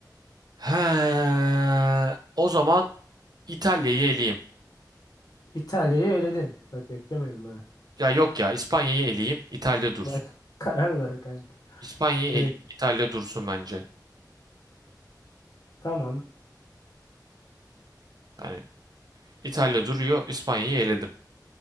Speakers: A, on the right (about 60°); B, on the left (about 60°).
A: He, o zaman İtalya'yı eleyeyim.
B: İtalya'yı eledin. Bak beklemiyordum ha.
A: Ya yok ya İspanya'yı eleyeyim, İtalya dursun.
B: Bak <laughs> karar ver kanka.
A: İspanya'yı eleyeyim,
B: Direkt.
A: İtalya dursun bence.
B: Tamam.
A: Yani İtalya duruyor. İspanya'yı eledim.